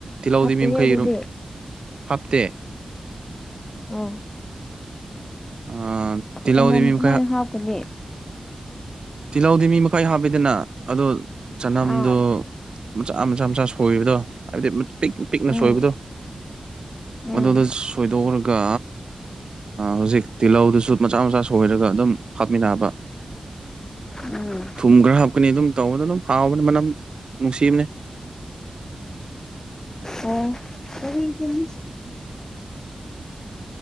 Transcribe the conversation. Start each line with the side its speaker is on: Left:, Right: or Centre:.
Right: ꯇꯤꯜꯍꯧꯗꯤ
Left: ꯍꯥꯞꯇꯦꯍꯦ
Right: ꯃꯤꯡꯈꯩꯔ
Left: ꯑꯗꯨꯗꯤ
Right: ꯍꯥꯞꯇꯦ
Left: ꯑꯥ
Right: ꯑ ꯇꯤꯜꯍꯧꯗꯤ
Left: ꯃꯥꯅꯝ
Right: ꯃꯤ
Left: ꯀꯃꯥꯏꯅ
Right: ꯃꯈꯩ
Left: ꯍꯥꯞꯀꯅꯤ
Right: ꯇꯤꯜꯍꯧꯗꯤ ꯃꯤ ꯃꯈꯩ ꯍꯥꯞꯄꯤꯗꯅ ꯑꯗꯣ ꯆꯅꯝꯗꯣ
Left: ꯑꯥ
Right: ꯃꯆꯥ ꯃꯆꯥ ꯃꯆꯥ ꯁ ꯁꯣꯏꯕꯗꯣ ꯍꯥꯏꯕꯗꯤ ꯄꯤꯛ ꯄꯤꯛꯅ
Left: ꯎꯝ
Right: ꯁꯣꯏꯕꯗꯣ
Left: ꯎꯝ
Right: ꯑꯗꯨꯗ ꯁꯣꯏꯗꯣꯛꯎꯒ ꯀ ꯍꯧꯖꯤꯛ ꯇꯤꯜꯍꯧꯗꯨꯁꯨ ꯃꯆꯥ ꯃꯆꯥ ꯁꯣꯏꯔꯒ ꯑꯗꯨꯝ ꯍꯥꯞꯃꯤꯟꯅꯕ
Left: ꯎꯝ
Right: ꯊꯨꯝ ꯈ꯭ꯔ ꯍꯥꯞꯀꯅꯤ ꯑꯗꯨꯝ ꯇꯧꯕꯗ ꯑꯗꯨꯝ ꯍꯥꯎꯕꯅꯦ ꯃꯅꯝ ꯅꯨꯡꯁꯤꯕꯅꯦ
Left: ꯑꯣ ꯀꯔꯤ ꯀꯔꯤ